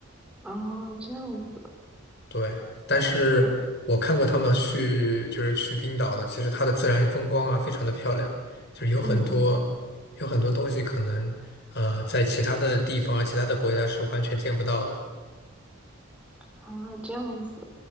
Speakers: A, in the centre; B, on the left.
A: 啊，这样子，
B: 对。但是我看过他们去就是去冰岛的，
A: 哎，
B: 其实它的自然风光啊非常的漂亮，就是有很多有很多东西可能呃在其他的地方啊其他的国家是完全见不到的。
A: 嗯嗯，啊，这样子，